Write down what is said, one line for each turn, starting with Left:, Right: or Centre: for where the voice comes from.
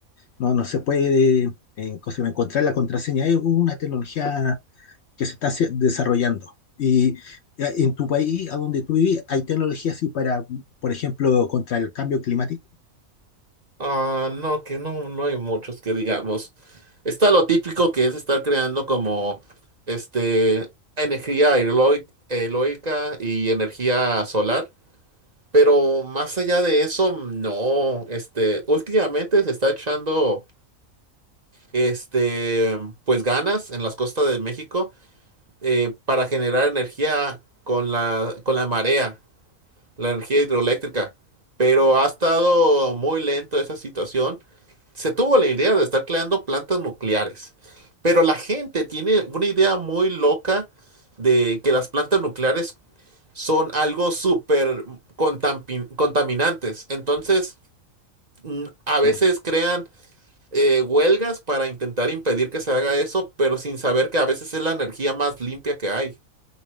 Left: no, no se puede eh, en- encontrar la contraseña. Es una tecnología que se está haci- desarrollando. Y eh, en tu país, a donde tú vivís, ¿hay tecnología así para, por ejemplo, contra el cambio climático?
Right: Ah, no, que no, no hay muchos que digamos. Está lo típico que es estar creando como este energía aeroi- eólica y energía solar, pero más allá de eso, no. Este, últimamente se está echando este pues ganas en las costas de México eh, para generar energía con la con la marea la energía hidroeléctrica, pero ha estado muy lento esa situación. Se tuvo la idea de estar creando plantas nucleares, pero la gente tiene una idea muy loca de que las plantas nucleares son algo súper contamin- contaminantes. Entonces, mm, a veces
Left: No.
Right: crean eh, huelgas para intentar impedir que se haga eso, pero sin saber que a veces es la energía más limpia que hay.